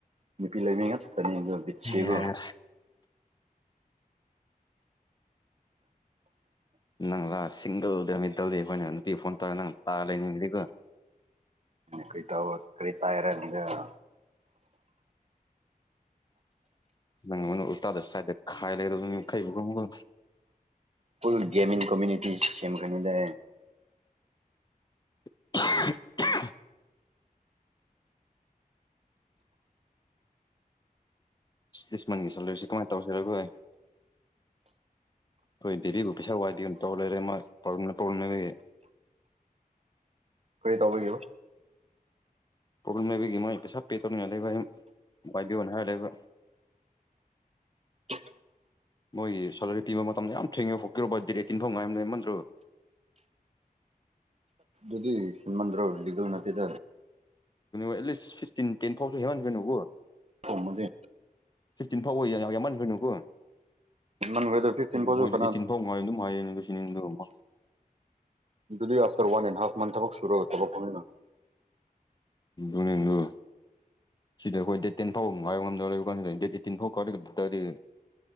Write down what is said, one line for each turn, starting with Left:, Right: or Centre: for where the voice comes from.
Right: ꯂ ꯂꯤꯄꯤ ꯂꯩ ꯃꯤꯡꯉ ꯇꯅꯤꯒꯣ ꯕꯤꯆꯦꯒꯣ
Left: ꯌꯥꯔꯦ
Right: <inaudible>
Left: ꯅꯪ ꯂꯥꯛ ꯁꯤꯡꯒꯜꯗ ꯗꯜꯗꯤ ꯑꯩꯈꯣꯏꯅ ꯅꯨꯄꯤ ꯐꯣꯟ ꯇꯧꯔꯦ ꯅꯪ ꯇꯥꯔ ꯂꯩꯅꯤꯡ ꯑꯗꯨꯒꯒ
Right: ꯀꯔꯤ ꯇꯧꯕ ꯀꯔꯤ ꯇꯥꯏꯔꯅꯤꯗꯦ <inaudible>
Left: ꯅꯪꯉꯅ ꯎꯇꯥꯗ ꯁꯥꯏꯗ ꯈꯥꯏ ꯂꯩꯔ ꯀꯩꯕꯨꯝꯒ
Right: ꯐꯜ ꯦꯃꯤꯡ ꯀꯣꯃꯤꯌꯨꯇꯤ ꯁꯦꯝꯦꯝ ꯈꯅꯤꯗꯦ
Left: <inaudible> ꯂꯤꯁꯃꯟꯒꯤ ꯁꯂꯔꯤꯁꯤꯦ ꯀꯃꯥꯏꯅ ꯇꯧꯁꯤꯔꯒꯣꯏ ꯍꯣꯏ ꯗꯦꯗꯤꯒꯐꯤꯁꯥ ꯋꯥꯏꯗꯤ ꯑꯣꯏꯅ ꯇꯧꯔ ꯂꯩꯔꯦ ꯃꯥ ꯄ꯭ꯔꯣꯕ꯭ꯂꯦꯝ ꯄ꯭ꯔꯣꯕ꯭ꯂꯦꯝ ꯂꯩ
Right: ꯀꯔꯤ ꯇꯧꯕꯒꯣ
Left: ꯄ꯭ꯔꯣꯕ꯭ꯂꯦꯝ ꯂꯩꯕꯒꯤ ꯃ ꯁꯞ ꯄꯦ ꯇꯧꯅꯤꯡꯉ ꯂꯩꯕꯕꯥꯏꯕꯤꯌꯣꯅ ꯍꯥꯏꯔ ꯂꯩꯕ
Right: <inaudible>
Left: ꯃꯣꯏꯒꯤ ꯁꯦꯂꯔꯤ ꯄꯤꯕ ꯃꯇꯝꯗ ꯌꯥꯝ ꯊꯦꯡꯉꯦꯕ ꯐꯣꯛꯔꯣꯕ ꯗꯤ ꯑꯩ ꯇꯤꯟꯐꯝ ꯉꯥꯏꯝ ꯅꯃꯟꯗ꯭ꯔꯣ
Right: ꯑꯗꯨ ꯍꯃꯥꯟꯗ꯭ꯔ ꯗꯤꯒꯜ ꯅꯅꯥꯇꯗ
Left: ꯑꯦꯠꯂꯤꯁ ꯐꯤꯐꯇꯤꯟ ꯇꯦꯟ ꯐꯥꯎꯁꯨ ꯍꯦꯃꯟ ꯅꯣ
Right: ꯐꯥꯎꯃꯗꯤ
Left: ꯁꯤꯛꯁꯇꯤꯟ ꯐꯥꯎ ꯑꯣꯏꯌꯦ ꯌꯥ ꯌꯥꯝꯃ ꯀꯅꯨꯀꯨ
Right: ꯍꯦꯟꯃꯟꯈ꯭ꯔꯦꯗ ꯐꯤꯐꯇꯤꯟ
Left: ꯑꯗꯨ
Right: ꯐꯥꯎꯁꯨ
Left: ꯃꯣꯏꯗ
Right: ꯀꯅꯥ
Left: ꯑꯩꯠꯇꯤꯟ ꯐꯥꯎ ꯉꯥꯏ ꯑꯗꯨꯝ ꯍꯥꯏꯌꯦꯅꯦ ꯑꯗꯨ ꯁꯤꯅꯦꯗ ꯑꯃ ꯑꯃ
Right: ꯌꯗꯨꯗꯤ ꯑꯁꯇꯔ ꯋꯥꯟꯦꯟ ꯍꯥꯁꯃꯥꯟ ꯊꯕꯛ ꯁꯨꯔ ꯑꯣꯏ ꯇꯂꯛ ꯀꯃꯤꯅ
Left: ꯍꯅꯦꯟ ꯂꯣ ꯁꯤꯗ ꯑꯩꯈꯣꯏ ꯗꯦꯠ ꯇꯦꯟ ꯐꯥꯎ ꯉꯥꯏꯌ ꯉꯝꯗ ꯂꯩꯕ ꯀꯥꯟꯁꯤꯗ ꯗꯦꯠ ꯑꯩꯠꯇꯤꯟ ꯐꯥꯎ ꯀꯔꯗꯗꯤ